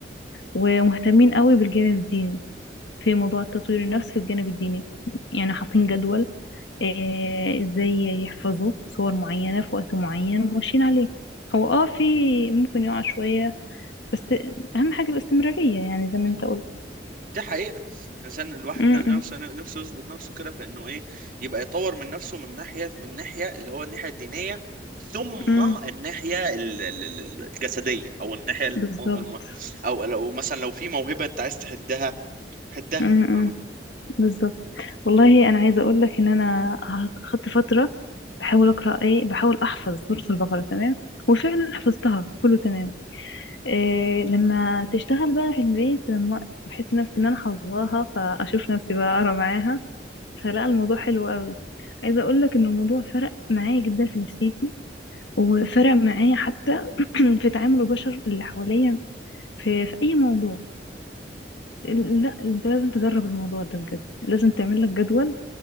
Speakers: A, on the left (about 80°); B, on the right (about 50°).
A: ومهتمين قوي بالجانب الديني في موضوع تطوير النفس في الجانب الديني يعني حاطين جدول آه، ازاي يحفظوا صور معينة في وقت معين وماشيين عليه هو اه في ممكن يقع شوية بس اهم حاجة الاستمرارية يعني زي ما انت قلت
B: دي حقيقة عشان الواحد
A: م-
B: نفسه
A: م-
B: نفسه يظبط نفسه كده في انه ايه يبقى يطور من نفسه من ناحية من ناحية اللي هو الناحية الدينية ثم
A: م.
B: الناحية ال- ال- ال- الجسدية او الناحية الم...
A: بالظبط
B: الم- او لو مثلا لو في موهبة انت عايز تحدها حدها
A: م-
B: فاهمة
A: م. بالظبط والله انا عايزة اقول لك ان انا اخدت فترة بحاول اقرا ايه بحاول احفظ سورة البقرة تمام وفعلا حفظتها كله تمام إيه لما تشتغل بقى في البيت لما بحس نفسي ان انا حافظاها فاشوف نفسي بقى اقرا معاها فلا الموضوع حلو قوي عايزه اقول لك ان الموضوع فرق معايا جدا في نفسيتي وفرق معايا حتى <clears throat> في تعامل البشر اللي حواليا في في اي موضوع لا انت لازم تجرب الموضوع ده بجد لازم تعمل لك جدول